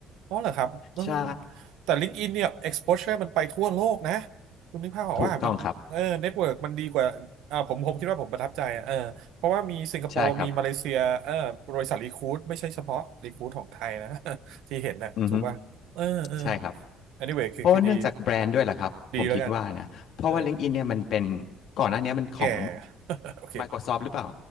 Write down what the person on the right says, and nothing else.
อ๋อเหรอครับเออ
แต่ LinkedIn เนี่ย exposure มันไปทั่วโลกนะคุณนึกภาพออกว่ามันเออเน็ตเวิร์กมันดีกว่าอ่าผมผมคิดว่าผมประทับใจอะเออเพราะว่ามีสิงคโปร์มีมาเลเซียเออบริษัทรีคูดไม่ใช่เฉพาะรีคูดของไทยนะ
<laughs> ที่เห็นน่ะถูกป่ะเออเออ
anyway คือคือดี
ดีแล้วกันเออ
แก่ <laughs> โอเค